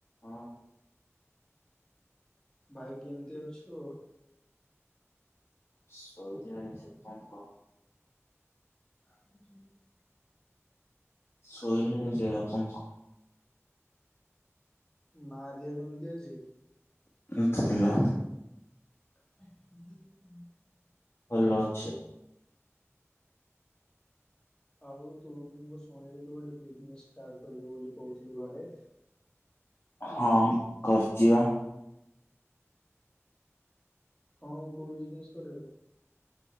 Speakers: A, on the left; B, on the left.
A: ହଁ
B: ଭାଇ କେମିତି ଅଛୁ?
A: ଶୋଇଲାଣି ସେ କଣ କ?
B: <unintelligible>
A: ଶୋଇଲେଣି ଜେ ଆଉ କଣ କହ?
B: ମା ଦିହ କେମିତି ଅଛି?
A: ଉ ଭଲ।
B: <unintelligible>
A: ଭଲ ଅଛି।
B: ଆଉ ତୁ ମୁ କ ଶୁଣିଲି ତୁ ଗୋଟେ ବିଜନେସ୍ ଷ୍ଟାର୍ଟ କରିବୁ ବୋଲି କହୁଥିଲୁ ଘରେ?
A: ହଁ କରିଚି ବା।
B: ହଁ ଅଉ କୋଉ ବିଜନେସ୍ କରିବୁ?